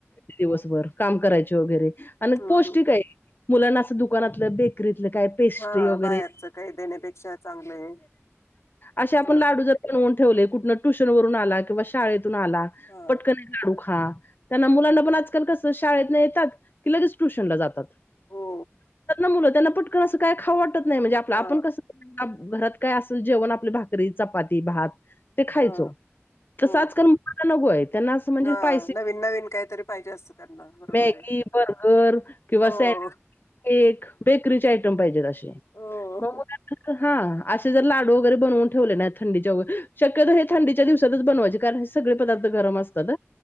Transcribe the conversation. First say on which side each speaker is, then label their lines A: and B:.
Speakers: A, on the left; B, on the left.
A: दिवसभर काम करायचे वगैरे आणि
B: हम्म
A: पौष्टिक
B: हम्म.
A: आहे. मुलांना असं दुकानातलं बेकरीत काय पेस्ट्री
B: हा
A: वगैरे
B: बाहेरच काही देण्यापेक्षा चांगलं आहे
A: असे आपण
B: हा
A: लाडू जर ठेले कु टूशन वून आला किं शाेत आला
B: हा
A: पटकन गाडू ख हा त्यांना मुलांना पण आजकाल कसं शाळेतन येतात की लगेच ट्युशन ला जातात ब
B: हो
A: मुलं त्यांना पटकन असं काय खावटत नाही
B: हा
A: आपण कसं घरात काय असेल जेवण आपली भाकरी चपाती भात ते खायचो
B: हा
A: तसाच
B: हो
A: कर म नगो आहेत त्यांना असं म्हणजे
B: हा
A: स्पायसा
B: नवीन नवीन काहीतरी पाहिजे असतं त्यांना बरोबर
A: मॅगी
B: आहे
A: बर्गर किंवा
B: हो
A: सडविच केक बेकरीचे आयटम पाहिजेत असे
B: हो
A: मोम
B: हो
A: हा असे जर लाडू वगैरे बनवून ठेवले नाही थंडीच्या वगैरे शक्यतो हे थंडीच्या दिवसातच बनवायचे कारण हे सगळे पदार्थ गरम असतात